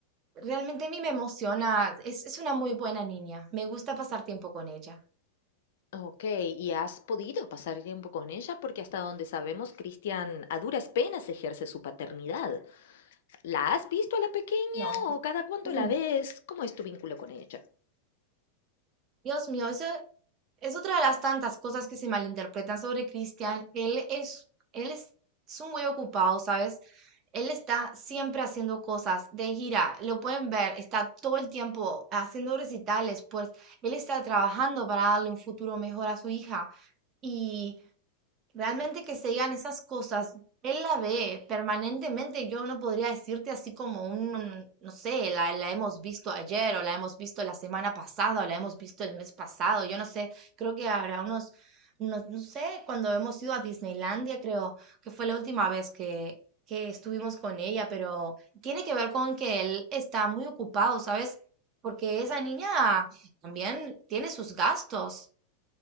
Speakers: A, on the right; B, on the left.
A: Realmente a mí me emociona, es, es una muy buena niña, me gusta pasar tiempo con ella.
B: Ok, ¿y has podido pasar tiempo con ella? Porque hasta donde sabemos, Christian a duras penas ejerce su paternidad. ¿La has visto a la pequeña
A: No,
B: o cada cuánto
A: mm,
B: la ves? ¿Cómo es tu vínculo con ella?
A: Dios mío, eso es otra de las tantas cosas que se malinterpretan sobre Cristian. Él es, él es, es un muy ocupado, ¿sabes? Él está siempre haciendo cosas de gira, lo pueden ver, está todo el tiempo haciendo recitales, pues él está trabajando para darle un futuro mejor a su hija. Y Realmente que se digan esas cosas, él la ve permanentemente, yo no podría decirte así como un, no sé, la, la hemos visto ayer o la hemos visto la semana pasada o la hemos visto el mes pasado, yo no sé, creo que habrá unos, no, no sé, cuando hemos ido a Disneylandia, creo que fue la última vez que, que estuvimos con ella, pero tiene que ver con que él está muy ocupado, ¿sabes? Porque esa niña también tiene sus gastos.